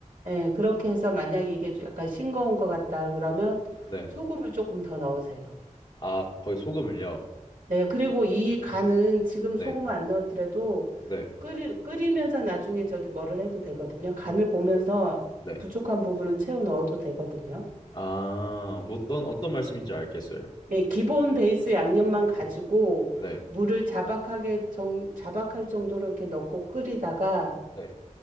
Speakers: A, on the right; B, on the left.
A: 예, 그렇게 해서 만약에 이게 좀 약간 싱거운 것 같다 그러면
B: 네.
A: 소금을 조금 더 넣으세요.
B: 아, 거의 소금을요.
A: 네, 그리고 이 간은 지금
B: 네,
A: 소금을 안 넣었더라도
B: 네,
A: 끓이, 끓이면서 나중에 저기 뭐를 해도 되거든요. 간을 보면서
B: 네.
A: 부족한 부분은 채워 넣어도 되거든요.
B: 아, 뭐 어떤 어떤 말씀인지 알겠어요.
A: 예, 기본 베이스 양념만 가지고
B: 네,
A: 물을 자박하게 정, 자박할 정도로 이렇게 넣고 끓이다가
B: 네.